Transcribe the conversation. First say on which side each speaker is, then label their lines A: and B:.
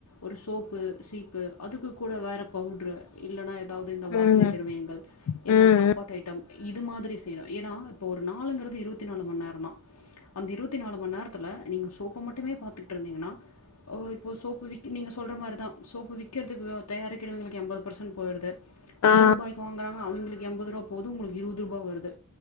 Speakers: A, on the left; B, on the left.
A: ஒரு சோப்பு சீப்பு அதுக்குக் கூட வேற பவு ட்ரு இல்லனா எ தாவது இந்த வாசனை
B: ம்
A: திரவியங்கள் இல்ல
B: ம்
A: சாப்பாடு ஐட்டம் இது மாதிரி செய்யணு ஏன்னா இப்போ ஒரு நாளுங்குறது இருவத்தி நாலு மணி நேரொ தா அந்த இருவத்தி நாலு மணி நேரத்துல நீங்க சோப்ப மட்டுமே பாத்துட்டு இருந்தீங்கன்னா ஒ இப்போ சோப்பு விக் நீங்கள் சொல்ற மாரி தா சோப்பு விக்கிறதுக்கு தயாரிக்கிறவங்களுக் எண்பது பர்சன்ட் போயிடுது நூரூபாய்க்கு
B: ஆ
A: வாங்குனா அ அவங்களுக்கு எண்பது ரூவா போது உங்களுக்கு இருவது ரூபா வருது